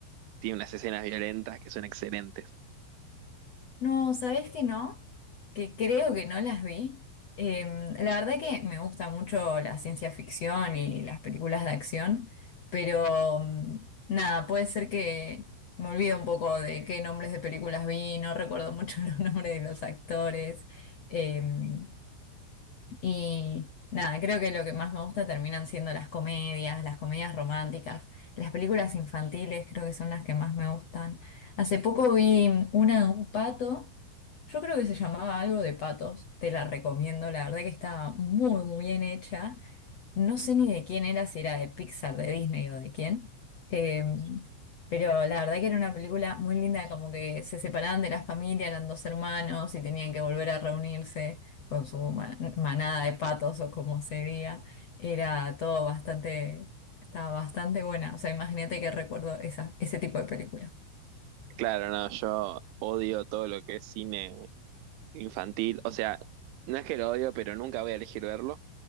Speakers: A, on the right; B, on the left.
A: tiene unas escenas violentas que son excelentes.
B: No, ¿sabés que no? Que creo que no las vi. Eh, la verdad que me gusta mucho la ciencia ficción y las películas de acción, pero mm, nada, puede ser que me olvido un poco de qué nombres de películas vi, no recuerdo mucho <laughs> los nombres de los actores. Eh, y nada, creo que lo que más me gusta terminan siendo las comedias, las comedias románticas, las películas infantiles creo que son las que más me gustan. Hace poco vi una de un pato, yo creo que se llamaba algo de patos, te la recomiendo, la verdad que estaba muy, muy bien hecha no sé ni de quién era, si era de Pixar, de Disney o de quién. Eh, pero la verdad que era una película muy linda, como que se separaban de la familia, eran dos hermanos y tenían que volver a reunirse con su ma- manada de patos o como se diga. Era todo bastante, estaba bastante buena. O sea, imagínate que recuerdo esa, ese tipo de películas.
A: Claro, no, yo odio todo lo que es cine infantil. O sea, no es que lo odio, pero nunca voy a elegir verlo.